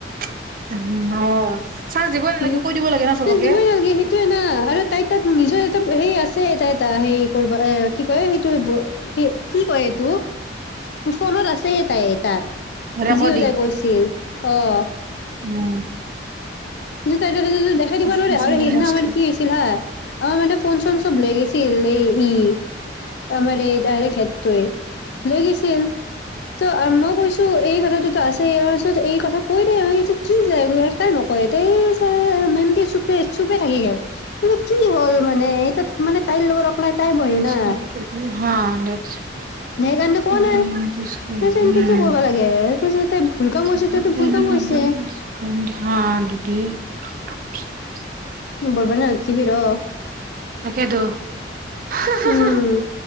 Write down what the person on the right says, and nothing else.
উ অ চান্স দিবই নালাগে
কৈ দিব লাগে ন চবকে
ৰেকৰ্ডিং
উম।
তাকেতো
মোৰ
হ
এই
তাকেটো। হা
বা